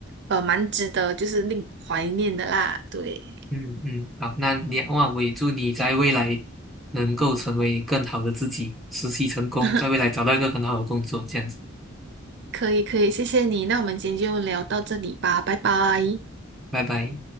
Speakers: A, on the right; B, in the centre.
A: 呃蛮值得，就是令怀念的啦，对。
B: 嗯嗯，好，那你哇，我也祝你在未来能够成为更好的自己，实习成功，
A: <laughs>
B: 在未来找到一个很好的工作，这样子，
A: 可以可以，谢谢你。那我们今天就聊到这里吧，拜拜。
B: 拜拜。